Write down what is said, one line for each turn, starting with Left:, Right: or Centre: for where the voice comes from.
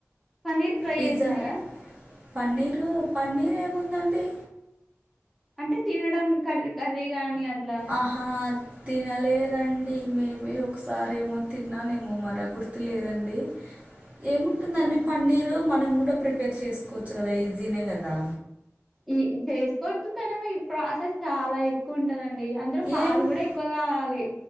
Centre: పన్నీర్ ట్రై
Right: పిజ్జా
Centre: చేసినార
Right: పన్నీరు పన్నీర్ ఏముందండి
Centre: అంటే తినడం కర్రీ కర్రీ గాని అట్ల
Right: ఆహా తినలేదండి మేబీ ఒకసారి ఏమో తిన్నానేమో మర గుర్తు లేదండి ఏముంటుందండి
Centre: ఓహో!
Right: పన్నీరు మనం కూడా ప్రిపేర్ చేసుకోవచ్చు కదా ఈజీనే కదా
Centre: ఈ చేసుకోవచ్చు కాని ప్రాసెస్ చాలా ఎక్కువ ఉంటదండి అందులో పాలు
Right: ఏం
Centre: కూడ ఎక్కువ తాగాలి